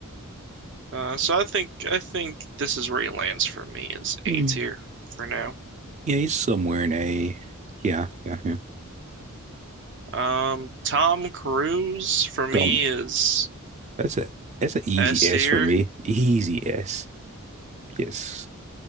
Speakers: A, on the right; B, on the right.
A: Uh, so I think I think this is where he lands for me is
B: Mm.
A: A tier for now.
B: Yeah, he's somewhere in a yeah, yeah, yeah.
A: Um, Tom Cruise for me
B: Dumb.
A: is
B: That's a that's an easy
A: S
B: S
A: tier.
B: for me. Easy S. Yes.